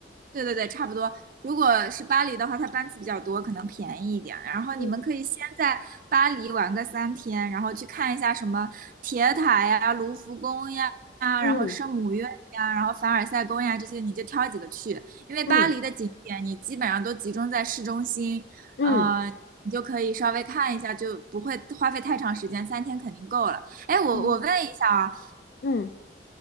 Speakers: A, on the right; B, on the left.
A: 对对对，差不多。如果是巴黎的话，它班次比较多，可能便宜一点。然后你们可以先在巴黎玩个三天，
B: 嗯
A: 然后去看一下什么铁塔呀、卢浮宫呀、然后圣母院呀、
B: 嗯
A: 然后凡尔赛宫呀这些，你就挑几个去。因为巴黎的景点你基本上都集中在市中心，
B: 嗯嗯
A: 呃，你就可以稍微看一下，就不会花费太长时间，三天肯定够了。哎，我我问一下啊，
B: 嗯嗯，